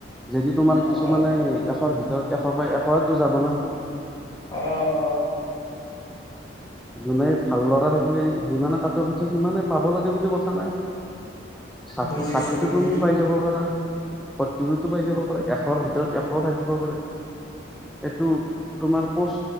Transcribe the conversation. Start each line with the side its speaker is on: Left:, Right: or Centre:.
Centre: যদি তোমাৰ কিছুমানে
Left: অ
Centre: এশৰ ধৰক এশ পই এশতো যাব ন।
Left: আহ আহ।
Centre: যোনে ভাল লৰা থাকিলে যিমানে কাত অফ উঠে সিমানে পাব লাগে বুলি কথা নাই। চা
Left: বুজিছো
Centre: ষাঠিটো
Left: বুজিছো
Centre: তুমি পাই যাব পাৰা, সত্তৰটোতো পাই যাব পাৰা এশৰ ভিতৰত এশ থাকিব পাৰে এইটো তোমাৰ পচ